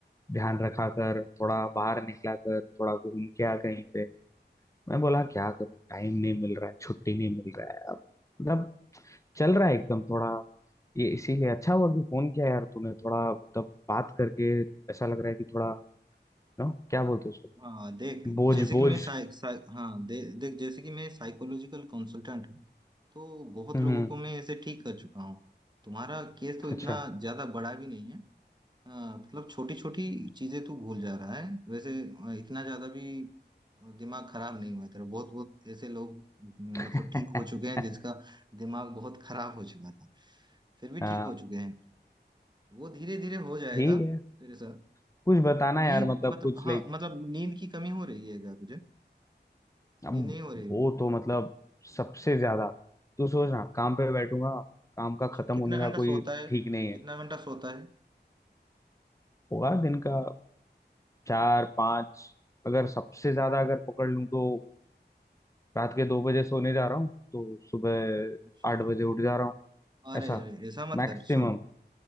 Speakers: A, on the left (about 15°); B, on the right (about 25°).
A: ध्यान रखा कर थोड़ा बाहर निकला कर थोड़ा घूम के आ कहीं पे मैं बोला क्या करूं टाइम नहीं मिल रहा है छुट्टी नहीं मिल रहा है अब मतलब चल रहा है एकदम थोड़ा ये इसीलिए अच्छा हुआ कि फोन किया यार तूने थोड़ा तब बात करके ऐसा लग रहा है कि थोड़ा नो क्या बोलते हैं उसको
B: हाँ देख
A: बोझ
B: जैसे
A: बोझ
B: कि मैं साइ, साइ, हाँ दे, देख जैसे कि मैं साइकोलॉजिकल कंसल्टेंट हूँ तो बहुत
A: हम्म
B: लोगों को मैं ऐसे ठीक कर चुका हूँ तुम्हारा केस तो इतना
A: अच्छा
B: ज्यादा बड़ा भी नहीं है हाँ मतलब छोटी छोटी चीजें तू भूल जा रहा है वैसे अ, इतना ज्यादा भी दिमाग खराब नहीं हुआ तेरा बहुत बहुत ऐसे लोग म,
A: <laughs>
B: मतलब ठीक हो चुके हैं जिसका दिमाग बहुत खराब हो चुका था फिर भी ठीक
A: हाँ
B: हो चुके हैं वो धीरे धीरे हो जाएगा
A: ठीक है
B: तेरे साथ
A: कुछ बताना
B: नींद
A: यार मतलब
B: मतलब
A: कुछ लाइक
B: हाँ मतलब नींद की कमी हो रही है क्या तुझे
A: अब
B: नींद नहीं हो रही
A: वो
B: है
A: तो मतलब सबसे ज्यादा तू सोच ना काम पे बैठूंगा काम का
B: अच्छा
A: खत्म
B: कितना
A: होने का
B: घंटा
A: कोई
B: सोता है
A: ठीक नहीं है
B: कितना घंटा सोता है
A: होगा दिन का चार पाँच अगर सबसे ज्यादा अगर पकड़ लूं तो रात के दो बजे सोने जा रहा हूँ तो सुबह
B: अच्छा
A: आठ बजे उठ जा रहा हूँ
B: अरे
A: ऐसा
B: अरे ऐसा मत
A: मैक्सिमम
B: कर सुन